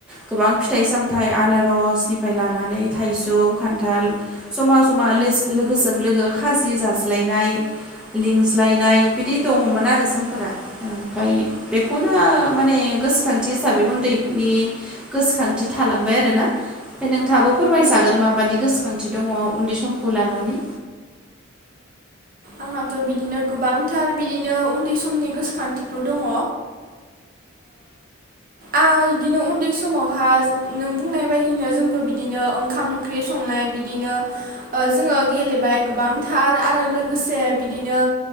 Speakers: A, in the centre; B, on the right.
A: गोबां फिथाइ सामथाइ आनारसनिफ्राय लानानै थाइजौ खान्थाल जमा जमा लोगोजों लोगो खाजि जाज्लायनाय लिंज्लायनाय बिदि दङमोन आरो जोंफोरा ओमफाय बेखौनो माने गोसोखांथि हिसाबै उन्दैनि गोसोखांथि थालांबाय आरोना फ्राय नोंथाबो फोरमाजागोन मा गोसोखांथि दङ उन्दै समखौ लानानै।
B: आंहाथ बिदिनो गोबांथार बिदिनो उन्दै समनि गोसोखांथिफोर दङ आं बिदिनो उन्दै समावहा नों बुंनाय बायदिनो जोंबो बिदिनो ओंखाम ओंख्रि संनाय बिदिनो जोङो गेलेबाय गोबां फोथार आरो लोगोसे बिदिनो